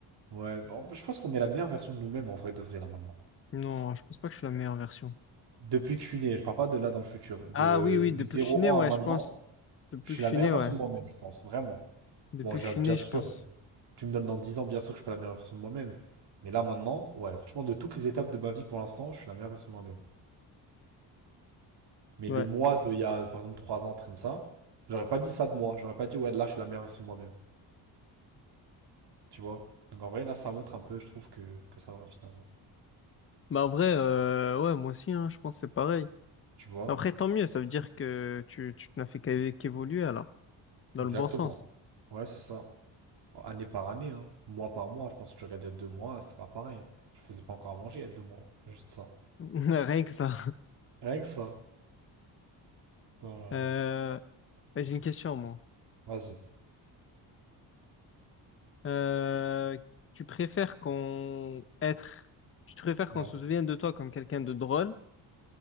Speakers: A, on the right (about 60°); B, on the left (about 30°).
A: Ouais, bah, en fait, je pense qu'on est la meilleure version de nous-mêmes, en vrai, de vrai, là, maintenant.
B: Non, je pense pas que je suis la meilleure version.
A: Depuis que je suis né, je parle pas de là dans le futur. De,
B: Ah oui, oui,
A: de
B: depuis
A: mes 0
B: que je suis né, ouais,
A: ans à maintenant,
B: je pense. Depuis
A: je suis
B: que je
A: la
B: suis
A: meilleure
B: né,
A: version
B: ouais.
A: de moi-même, je pense, vraiment.
B: Depuis
A: Bon, j'ai-
B: que je suis
A: bien
B: né,
A: sûr,
B: je pense.
A: tu me donnes dans 10 ans, bien sûr que je suis pas la meilleure version de moi-même. Mais là, maintenant, ouais, franchement, de toutes les étapes de ma vie pour l'instant, je suis la meilleure version de moi-même. Mais
B: Ouais.
A: le moi de il y a, par exemple, 3 ans, un truc comme ça, j'aurais pas dit ça de moi. J'aurais pas dit, ouais, là, je suis la meilleure version de moi-même. Tu vois? Donc, en vrai, là, ça montre un peu, je trouve, que, que ça va, finalement.
B: Bah en vrai, euh, ouais, moi aussi, hein, je pense que c'est pareil.
A: Tu vois?
B: Après, tant mieux, ça veut dire que tu, tu n'as fait qu'é- qu'évoluer alors, dans
A: Exactement.
B: le bon sens.
A: Ouais, c'est ça. Année par année, hein. Mois par mois. Je pense que tu regardes il y a deux mois, c'était pas pareil. hein. Je faisais pas encore à manger il y a deux mois. Juste ça.
B: <laughs> Rien que ça.
A: Rien que ça. Oh là
B: Euh,
A: là.
B: ouais, j'ai une question, moi.
A: Vas-y.
B: Euh, tu préfères qu'on être, tu te préfères
A: Ouais.
B: qu'on se souvienne de toi comme quelqu'un de drôle